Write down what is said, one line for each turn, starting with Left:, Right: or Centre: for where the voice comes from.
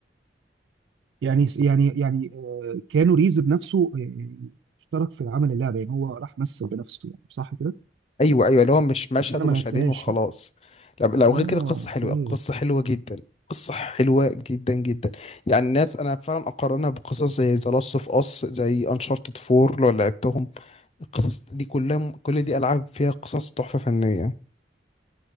Right: يعني يعني يعني آه، كانوا ريفز بنفسه آه، اشترك في عمل اللعبه يعني هو راح مثل بنفسه يعني صح كده
Left: أيوه أيوه اللي هو مش مشهد
Right: بس انا
Left: ومشهدين
Right: ما لعبتهاش
Left: وخلاص
Right: لا
Left: لو لو
Right: اه
Left: غير كده قصة حلوة
Right: اوكي
Left: قصة حلوة جدا قصة حلوة جدا جدا يعني الناس أنا فعلا أقارنها بقصص زي ذا لاست أوف أس زي أنشارتد 4 لو لعبتهم القصص دي كلها كل دي ألعاب فيها قصص تحفة فنية